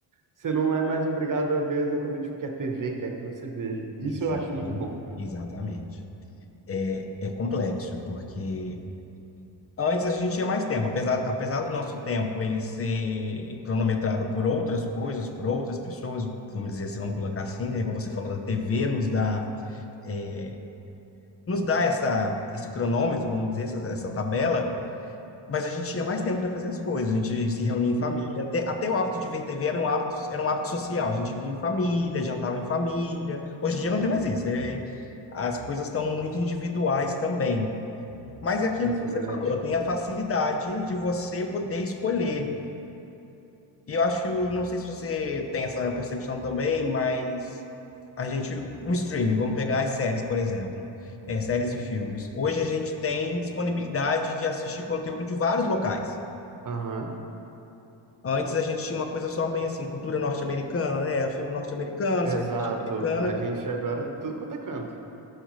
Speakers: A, on the right; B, on the left.
A: Você não é mais obrigado a ver exatamente o que a TV quer que você veja. Isso
B: Exatamente.
A: eu acho muito bom.
B: Exatamente. É, é complexo, porque antes a gente tinha mais tempo, apesar, apesar do nosso tempo ele ser cronometrado por outras coisas, por outras pessoas, vamos dizer, se vamos colocar assim, né? Igual você falou, a TV nos dá, é, nos dá essa, esse cronômetro, vamos dizer, essa, essa tabela, Mas a gente tinha mais tempo para fazer as coisas, a gente se reunia
A: Uhum.
B: em família, até, até o hábito de ver TV era um hábito, era um hábito social, a gente vinha em família, jantava em família. Hoje em dia não tem mais isso, é- as coisas estão muito individuais também. Mas é aquilo
A: Essa
B: que
A: é verdade.
B: você falou, tem a facilidade de você poder escolher. E eu acho, não sei se você tem essa percepção também, mas a gente, o streaming, vamos pegar as séries, por exemplo, é, séries e filmes. Hoje a gente tem disponibilidade de assistir conteúdo de vários locais.
A: Aham,
B: Antes a gente tinha uma coisa só meio assim, cultura norte-americana, né? Filme norte-americano,
A: exato.
B: série norte-americana.
A: A gente agora é tudo quanto é canto.